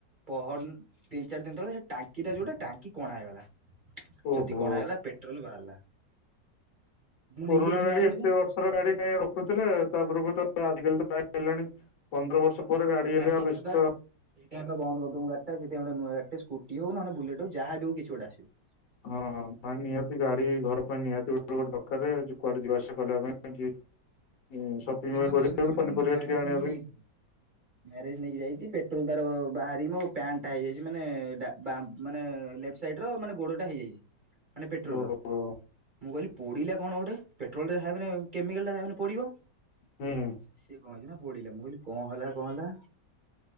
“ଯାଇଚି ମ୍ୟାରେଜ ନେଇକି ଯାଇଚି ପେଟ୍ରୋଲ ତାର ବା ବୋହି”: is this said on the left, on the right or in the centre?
Right